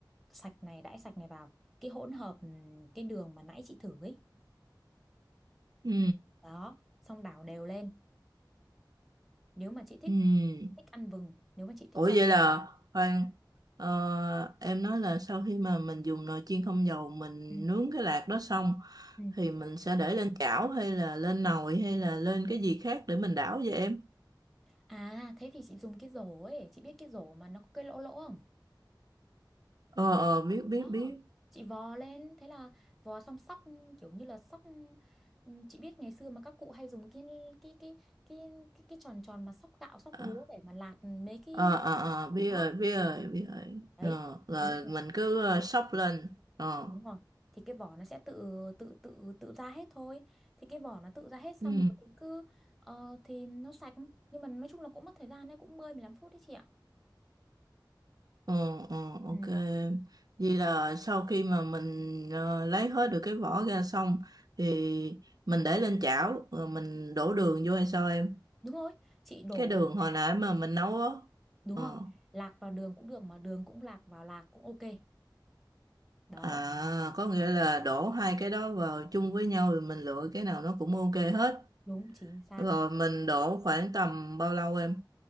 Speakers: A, in the centre; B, on the right (about 55°).
A: sạch này, đãi sạch này vào. Cái hỗn hợp ừm, cái đường mà nãy chị thử ấy.
B: Ừ.
A: Đó, xong đảo đều lên. Nếu mà chị thích
B: Ừ. ừ.
A: thích ăn vừng, nếu mà chị thích
B: Ủa
A: cho.
B: vậy là khoan ờ, em nói là sau khi mà mình dùng nồi chiên không dầu mình
A: Ừ.
B: nướng cái lạc đó xong
A: Ừ.
B: thì mình sẽ để lên chảo hay là lên nồi hay là lên cái gì khác để mình đảo vậy em?
A: À, thế thì chị dùng cái rổ ấy, chị biết cái rổ mà nó có cái lỗ lỗ không?
B: Ờ ờ biết biết
A: Đó,
B: biết.
A: chị vò lên thế là vò xong sóc kiểu như là sóc ừ, chị biết ngày xưa mà các cụ hay dùng cái cái cái cái cái, cái tròn tròn mà sóc gạo sóc
B: À,
A: lúa để mà lạt mấy cái
B: Ờ ờ ờ
A: đó
B: biết rồi biết rồi biết rồi.
A: đấy
B: Ờ, là
A: thì lúc này
B: mình cứ ờ, xóc lên. Ờ.
A: đúng rồi thì cái vỏ nó sẽ tự tự tự tự ra hết thôi thì cái vỏ nó tự ra hết xong
B: Ừ.
A: rồi thì cứ ờ, thì nó sạch nhưng mà nói chung là cũng mất thời gian đấy cũng 10 15 phút đấy chị ạ
B: Ờ, ờ, ok.
A: Ừ.
B: Vậy là sau khi mà mình ờ, lấy hết được cái vỏ ra xong thì mình để lên chảo rồi mình đổ đường vô hay sao em?
A: đúng rồi chị đổ
B: Cái đường hồi nãy mà mình nấu á.
A: đúng
B: Ờ.
A: rồi lạc vào đường cũng được mà đường cũng lạc vào lạc cũng ok đó
B: À, có nghĩa là đổ hai cái đó vào chung với nhau rồi mình lựa cái nào nó cũng ok hết.
A: Đúng chính xác
B: Rồi mình đổ khoảng tầm bao lâu em?